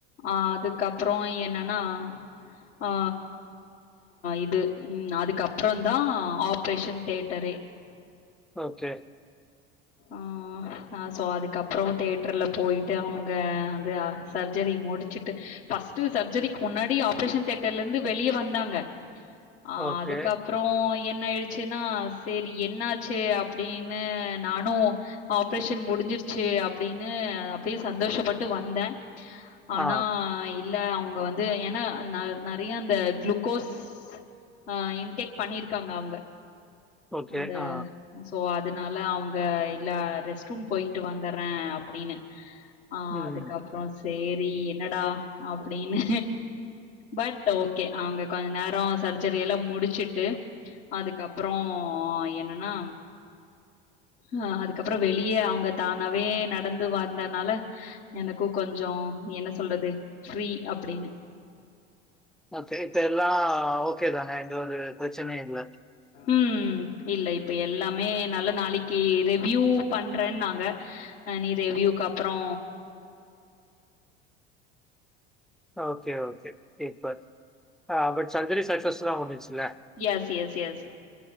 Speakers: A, on the left (about 75°); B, in the centre.
A: ஆ அதுக்கப்ற என்னனா அ இது ம் அதுக்கப்றந்தா ஆப்ரேஷன் தேட்டரே
B: ஓகே
A: ஆ சோ அதுக்கப்புற தேட்ருல போயிட்டு அவுங்க சர்ஜரி முடிச்சுட்டு பஸ்டு சர்ஜரிக் முன்னாடி ஆப்ரேஷன் தேட்டர்லந்து வெளிய வந்தாங்க ஆஹ்
B: ஓகே.
A: அதுக்கப்புறோ என்ன ஆயிடுச்சுன்னா சேர் அப்டி என்னாச்சு அப்டின்னு நானு ஆப்ரேஷன் முடிஞ்சிருச்சு அப்டின்னு அப்டியே சந்தோஷப்பட்டு வந் வந்தே ஆனா
B: ஆ
A: இல்ல அவுங்க வந்து ஏன்னா நற் நறியா அந்த குளுக்கோஸ் ஆஹ் இன்டேக் பண்ணிருக்காங்க அவுங்க
B: ஓகே.
A: அந்த
B: ஆ
A: சோ அதனால அவுங்க இல்ல ரெஸ்ட் ரூம் போய்ட்டு வந்தர்றே அப்டின்னு ஆஹ்
B: ம்.
A: அதுக்கப்புறோ சேரி என்னடா அப்டின்னு பட் ஓகே அவுங்க கொஞ்ச நேரோ சர்ஜரி எல்லா முடிச்சுட்டு அதுக்கப்புற ஆ என்னனா அஹ் அதுக்கப்புறோ வெளிய அவுங்க தானாவே நடந்து வந்தனால எனக்கு கொஞ்சோ என்ன சொல்றது ஃப்ரீ அப்டின்னு
B: ஓகே இப்ப எல்லா ஓகே தானே எந்த ஒரு பிரச்சனையு இல்ல
A: உம் ம் இல்ல இப்ப எல்லாமே நல்ல நாளைக்கு ரிவ்யூ பண்றேன்னாங்க ஆ நீ ரெவ்யூக்கு அப்புறோ
B: ஓகே ஓகே இப்ப பட் சர்ஜரி சக்சஸ்ஃபுல்லா முடிஞ்சுச்ல்ல
A: எஸ் எஸ் எஸ்